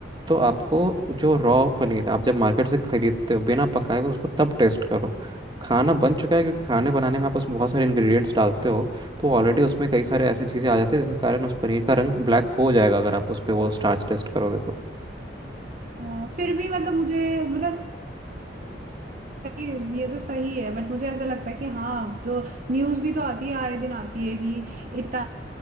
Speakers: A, on the right (about 25°); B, on the right (about 45°).
A: तो आपको जो रॉ पनीर आप जब मार्केट से खरीदते हो बिना पकाए हुए उसको तब टेस्ट करो खाना बन चुका है क्योंकि खाने बनाने में आप उसमें बहुत सारे इंग्रेडिएंट्स डालते हो तो ऑलरेडी उसमें कई सारे ऐसी चीज़ें आ जाती है जिसके कारण उस पनीर का रंग ब्लैक हो जाएगा अगर आप उस पर वो स्टार्च टेस्ट करोगे तो
B: है। अ, फिर भी मतलब मुझे मतलब ये ये तो सही है बट मुझे ऐसा लगता है कि हाँ जो न्यूज भी तो आती है आए दिन आती है कि इतना